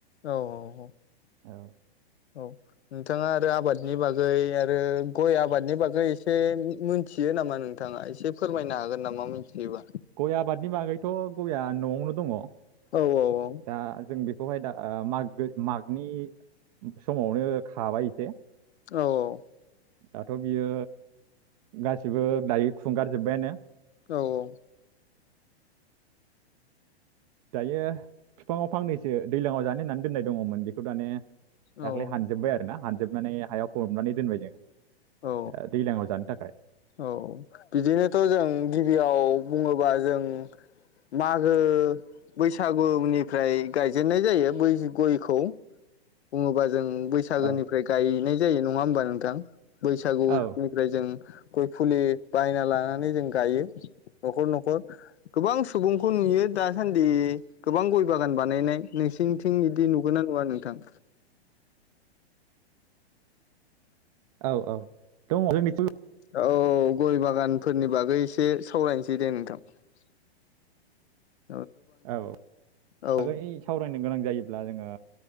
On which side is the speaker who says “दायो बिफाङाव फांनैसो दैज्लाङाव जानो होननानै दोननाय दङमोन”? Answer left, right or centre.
Right